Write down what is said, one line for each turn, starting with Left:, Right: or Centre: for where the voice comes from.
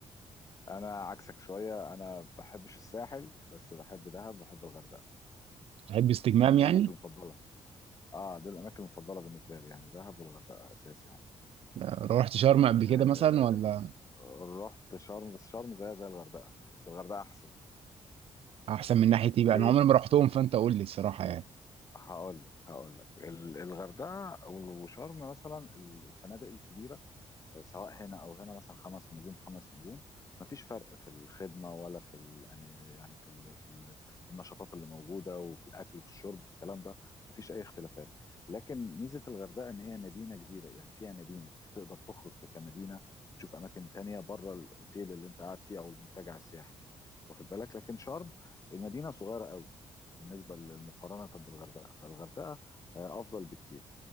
Left: أنا عكسك شوية أنا ما بحبش الساحل بس بحب دهب وبحب الغردقة
Right: تحب استجمام
Left: دول
Right: يعني
Left: الأماكن المفضلة آه دول الأماكن المفضلة بالنسبة لي يعني دهب والغردقة أساس يعني
Right: آه، روحت شرم قبل
Left: آه
Right: كده مثلا ولا
Left: رحت شرم بس شرم زيها زي الغردقة بس الغردقة أحسن
Right: احسن
Left: آه
Right: من ناحيه ايه
Left: ليه؟
Right: بقى انا عمري ما رحتهم فانت قول لي الصراحه يعني
Left: هقول لك هقول لك ال- الغردقة وشرم مثلا الفنادق الكبيرة سواء هنا او هنا مثلا خمس نجوم خمس نجوم مفيش فرق في الخدمه ولا في ال... يعني يعني في ال... في ال... النشاطات اللي موجوده وفي الاكل وفي الشرب في الكلام ده مفيش اي اختلافات لكن ميزه الغردقه ان هي مدينه كبيره يعني فيها مدينه تقدر تخرج في كمدينه وتشوف اماكن تانية بره الاوتيل اللي انت قاعد فيه او المنتجع السياحي واخد بالك لكن شرم المدينه صغيره قوي بالنسبه للمقارنه بالغردقه فالغردقه آه، افضل بكتير